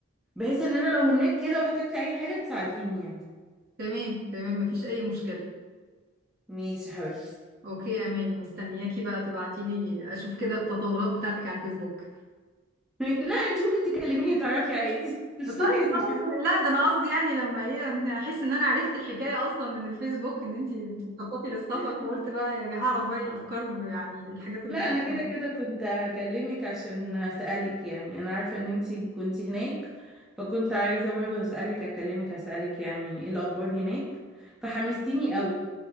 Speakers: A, in the centre; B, on the right (about 50°).
A: بحيث ان انا لو هناك كده واحتجت اي حاجه تساعديني يعني
B: تمام تمام ما فيش اي مشكله
A: ماشي يا حبيبتي
B: اوكي اماني مستنياكي بقى تبعتي لي اشوف كده التطورات بتاعتك على الفيسبوك
A: لا انتي ممكن تكلميني تعرفي عادي <laughs> مش
B: طيب
A: لازم
B: خلاص لا ده انا قصدي يعني لما ايه انت احس ان انا عرفت الحكايه اصلا من الفيسبوك ان انت بتخططي للسفر
A: <laughs>
B: فقلت بقى يعني هعرف باقي الافكار يعني الحاجات اللي
A: لا
B: بتحصل
A: انا كده كده كنت هكلمك عشان اسالك يعني انا عارفه ان انتي كنت هناك فكنت عايزه برضه اسالك اكلمك اسالك يعني ايه الاخبار هناك فحمستيني قوي